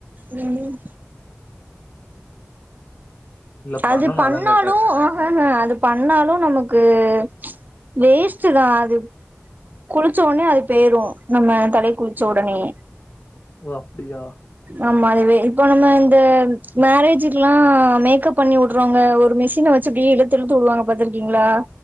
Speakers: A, on the right (about 35°); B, on the left (about 40°).
A: ம் ம்
B: இல்ல
A: அது
B: பண்ணணு
A: பண்ணாலு
B: அதா கேட்டே
A: ஹ ஹ ஹ அது பண்ணாலு நமக்கு ச் வேஸ்ட்டு தா அது குளிச்ச உடனே அது போயிரு நம்ம தலைக்கு குளிச்ச உடனேயே
B: ஓ அப்டியா
A: ஆமா அதுவே இப்ப நம்ம இந்த மேரேஜ்க்ல்லா மேக்கப் பண்ணி வுட்றோங்க ஒரு மிஷின வச் சு இழுத்து இழுத்து விடுவாங்க பாத்தீருக்கீங்களா